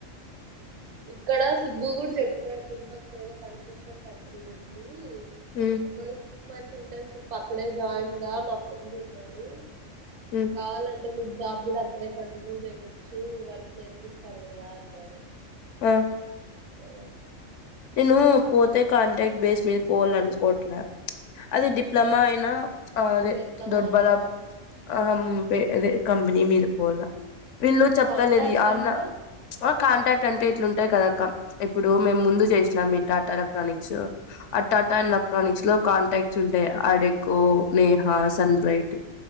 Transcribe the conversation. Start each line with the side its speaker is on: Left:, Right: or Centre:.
Right: ఇక్కడ సుబ్బు కూడా చెప్తునడు తిరుపతిలో ఏదో కన్స్ట్రక్షన్ కంపెనీ ఉంది
Left: మ్మ్
Right: ఒక సిక్ మంత ఇంటర్న్షిప్ అక్కడే జాయిన్ గా నా ఫ్రెండ్ ఉన్నాడు
Left: మ్మ్
Right: కావాలండి మీకు జాబ్ కూడా అక్కడే కంటిన్యూ చేయొచ్చు వర్క్ నే ఇస్తారు కదా అన్నాడు
Left: ఆ
Right: ఓ
Left: ను పోతే కాంట్రాక్ట్ బేస్ మీద పోవాల అనుకోట్లే అది డిప్లొమా అయినా అ అదే
Right: ఇంకెట్లా
Left: దొడ్
Right: పోవాల్ల
Left: బాడా ఆబే అ కంపేనీ మీద పోల వీళ్ళు చెప్తలేదు
Right: కాంటాక్ట్
Left: అన్న
Right: అంటే
Left: కాంటాక్ట్ అంటే ఇట్లుంటాయి కదక్క ఇప్పుడు మేము ముందు చేసి ఇబ టాట ఎలక్ట్ర్రానిక్స్ ఆ టాటా ఎలెక్ట్రోనిక్స్ లో కాంటాక్ట్స్ ఉంటాయి అడెకో నేహా సన్ బ్రైట్